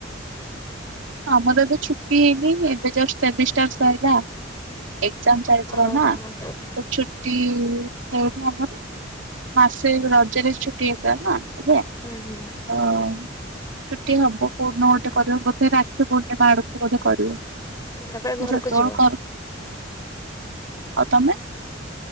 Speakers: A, on the right; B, on the left.
A: ଆମର ଏବେ ଛୁଟି ହେଇନି ଏବେ ଜଷ୍ଟ ସେମିଷ୍ଟାର ସଇଲା। ଏକଜାମ୍ ଚାଲିଥିଲା
B: ଓହୋ
A: ନା
B: ହଁ
A: ତ
B: ହଁ
A: ଛୁଟି ହେଇନି ଆମର ମାସେ ରଜରେ ଛୁଟି ହେଇଥିଲା ନା ଏବେ।
B: ହୁଁ ହୁଁ।
A: ତ ଛୁଟି ହବ କୋଉଦିନ ଗୋଟେ କରିବ ବୋଧେ ରା କ୍ଷୀ ପୂର୍ଣ୍ଣିମା ଆଡକୁ ବୋଧେ କରିବ ତ
B: ତାପରେ ଘରକୁ
A: ସେତବଳେ
B: ଯିବ।
A: କର ଆଉ ତମେ?